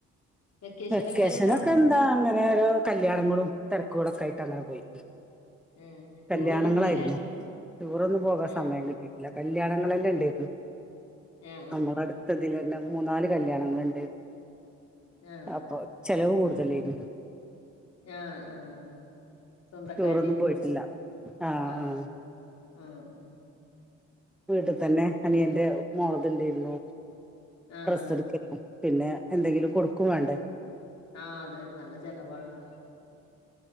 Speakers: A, on the left (about 60°); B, in the centre.
A: വെക്കേഷനൊക്കെ
B: വെക്കേഷന
A: എങ്ങനെണ്ടാർന്നു?
B: ഒക്കെ എന്താ അങ്ങനെ ഓരോ കല്യാണങ്ങളും തെര് ക്ക്കൊളൊക്കെ ആയിട്ട് അങ്ങനെ പോയി
A: ഉം ടൂറൊന്നും
B: കല്യാണങ്ങളായിരുന്നു
A: പോയില്ലേ?
B: ടൂറൊന്നും പോകാൻ
A: ഏഹ്
B: സമയം കിട്ടിയിട്ടില്ല കല്യാണങ്ങളെല്ലാം
A: കിട്ടി.
B: ഉണ്ടായിരുന്നു
A: ആഹ് ആഹ്
B: നമ്മട
A: ആഹ്.
B: അട്ത്തതിൽന്നെ മൂന്നാല് കല്യാണങ്ങള്ണ്ട്
A: ആഹ്
B: അപ്പൊ ചെലവ് കൂടുതലായിരുന്നു
A: ആ ആഹ് സ്വന്തക്കാരടെ
B: ടൂറൊന്നും
A: ഇരിക്കല്ലേ
B: പോയിട്ടില്ല ആഹ്
A: ആ
B: ആഹ്
A: ആ ഉം
B: വീട്ടിൽ തന്നെ അനിയന്റെ മോൾത്ണ്ടേര്ന്നു
A: ആഹ്
B: ഡ്രസ്സ് എടുക്ക പിന്നെ എന്തെങ്കിലും കൊടുക്കും വേണ്ടേ
A: ആഹ് അത് തന്നെ നല്ല ചിലവാള്ളാ